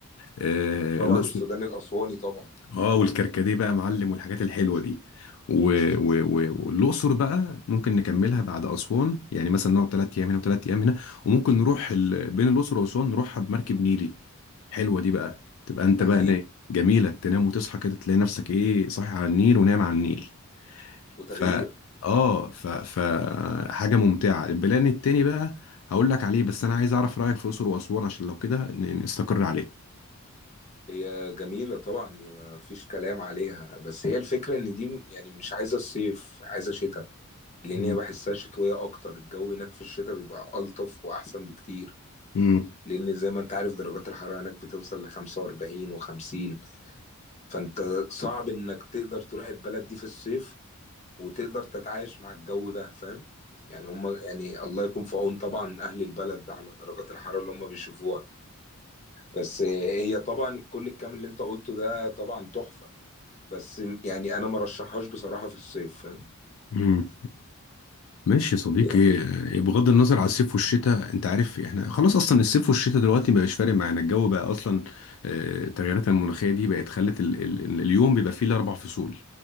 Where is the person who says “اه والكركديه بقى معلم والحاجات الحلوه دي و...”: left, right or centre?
Left